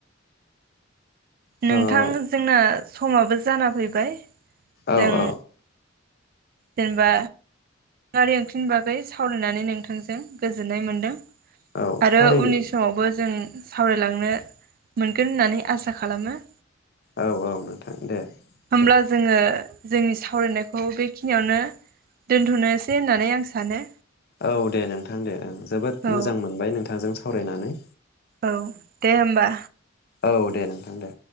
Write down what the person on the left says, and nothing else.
थ'
औ
औ
औ
थारैनो
औ औ नोंथां दे
दे
औ दे नोंथां दे ओं जोबोद
मोजां मोनबाय नोंथांजों सावरायनानै
औ दे नोंथां दे